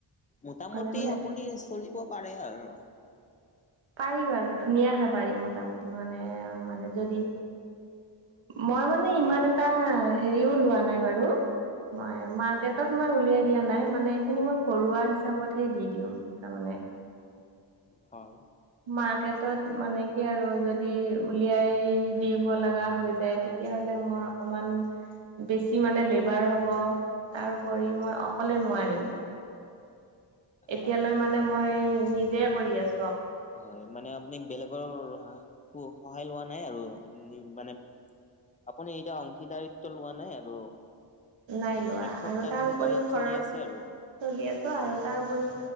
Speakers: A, on the left; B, on the right.
A: মোটামুটি
B: হ'লে মানে
A: আপুনি চলিব পাৰে আৰু।
B: পাৰি ব আৰু ধুনীয়াকে পাৰি। মোটামুটি মানে মানে যদি মই মানে ইমান এটা হেৰিও লোৱা নাই বাৰু। মই মাৰ্কেটত মই উলিয়াই দিয়া নাই, মানে এইখিনি মই ঘৰুৱা হিচাপতহে দি দিওঁ তাৰ মানে।
A: হয়।
B: মাৰ্কেটত মানে কি আৰু যদি উলিয়াই দিব লগা হৈ যায় তেতিয়াহ'লে মোৰ অকমান বেছি মানে লেবাৰ হ'ব, তাৰোপৰি মই অকলে নোৱাৰিম। এতিয়ালৈ
A: হয়।
B: মানে মই নিজে কৰি আছো।
A: হয় মানে আপুনি বেলেগৰ সাহ সহায় লোৱা নাই আৰু মানে আপুনি এতিয়া অংশীদাৰিত্ব লোৱা নাই আৰু
B: নাই লোৱা
A: এক স্বত্বাধিকাৰীত
B: আৰু তাৰ উপৰিও ঘৰৰ
A: চলি আছে আৰু।
B: চলি আছো আৰু তাৰউপৰি